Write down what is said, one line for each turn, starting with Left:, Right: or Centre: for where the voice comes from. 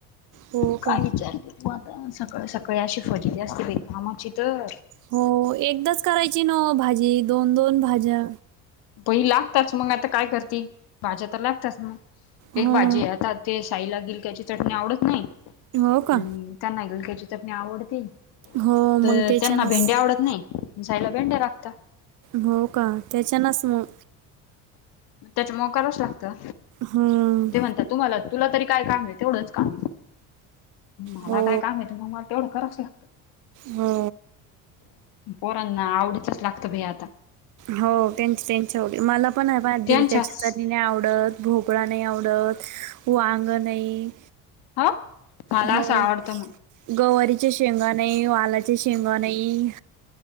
Right: हो
Left: काय
Right: का
Left: विचारते तू आता सकाळ सकाळी अशी फजिती असते बाई कामाची तर.
Right: हो एकदाच करायची न ओ भाजी दोन दोन भाज्या.
Left: बई लागतच मग आता काय करते भाज्या तर लागतच मग एक
Right: हो
Left: भाजी येतात. ते साईला गिलक्याची चटणी आवडत नाही
Right: हो का
Left: आणि त्यांना गिलक्याची चटणी आवडती.
Right: हो मग
Left: तर
Right: त्याच्यानच
Left: त्यांना भेंड्या आवडत नाही साईला भेंडे्या लागत्या.
Right: हो त्याच्यानच मग.
Left: त्याच्यामूळ करावंच लागतं.
Right: हम्म.
Left: ते तुम्हाला तुला तरी काय काम तेवढंच काम मला
Right: हो
Left: काय काम आहे मग. तेवढं करावाच लागत.
Right: हो.
Left: पोरांना आवडीतच लागत बाई आता.
Right: हाव त्यांची त्यांच्या आव मला पण आहे पण
Left: त्यांच्याच
Right: दिलकाच्या चटणी आवडत. भोपळा नाही आवडत, वांग नाही,
Left: हा मला
Right: हो
Left: असं आवडतं मग
Right: गवारीचे शेंगा नाही, वा पा शेंगा नाही,